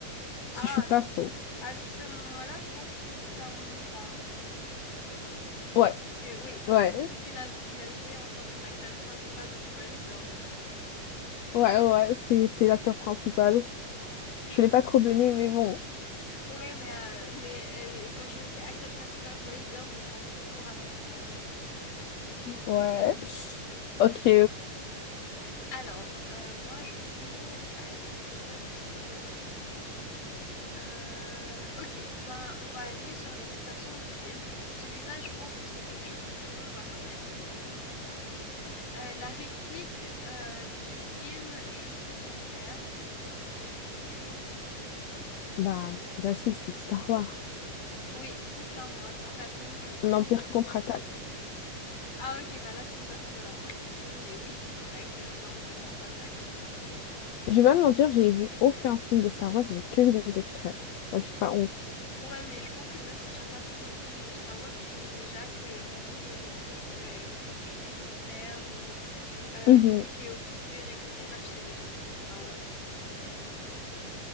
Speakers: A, on the left; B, on the left.
A: Si
B: Ah,
A: je suis pas faux.
B: À ce moment-là, je pense que c'est Tom Hanks.
A: Ouais,
B: Euh, oui, parce
A: ouais,
B: que je sais qu'il a, qu'il a joué en tant que l'acteur principal dans Forrest Gump.
A: ouais, ouais, c'est c'est l'acteur principal. Je l'ai pas trop donné, mais bon.
B: Oui, mais, euh, mais euh, quand tu me dis acteur principal Forrest Gump, on pense toujours à Tom Hanks.
A: Ouais. Ok.
B: Alors, euh, moi, je vais aller peut-être... euh, euh, ok, ben, on va aller sur les citations de films. Celui-là, je pense que c'est quelque chose que tout le monde va connaître, mais bon, on verra bien. Euh, la réplique euh, du film Je suis ton père, il vient de quel film exactement?
A: Bah, c'est facile, c'est Star Wars.
B: Oui, c'est Star Wars. Enfin, tout le monde le sait.
A: L'Empire contre-attaque.
B: Ah, ok, bah là, tu es parti dans la précision, mais oui, c'est correct. L'Empire contre-attaque.
A: Je vais pas te mentir, j'ai vu aucun film de Star Wars, j'ai que vu des extraits. Moi, j'ai pas honte.
B: Ouais, mais je pense que même si tu n'as pas vu le film de Star Wars, tu sais déjà que beaucoup des répliques, euh, comme Je suis ton père ou euh,
A: Mhm.
B: le côté obscur, etc., tu sais déjà que c'est Star Wars parce que c'est tellement connu.